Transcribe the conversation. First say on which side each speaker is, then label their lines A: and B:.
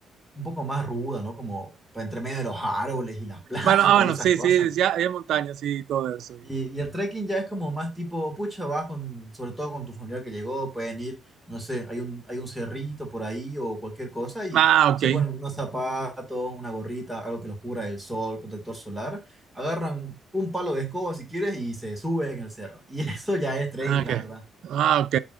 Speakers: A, in the centre; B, on the right (about 75°).
A: un poco más ruda, ¿no? Como entre medio de los árboles y las <laughs> plantas
B: Bueno, ah, bueno,
A: y esas
B: sí,
A: cosas.
B: sí, ya hay montañas y todo eso. y-
A: Y, y el trekking ya es como más tipo, pucha, vas con, sobre todo con tu familiar que llegó, pueden ir, no sé, hay un, hay un cerrito por ahí o cualquier cosa y
B: Ah,
A: se
B: ok.
A: ponen unos zapatos, una gorrita, algo que los cubra del sol, protector solar, agarran un palo de escoba si quieres y se suben en el cerro. Y <laughs> eso ya es trekking,
B: Ah, ok.
A: la verdad.
B: Ah, ok.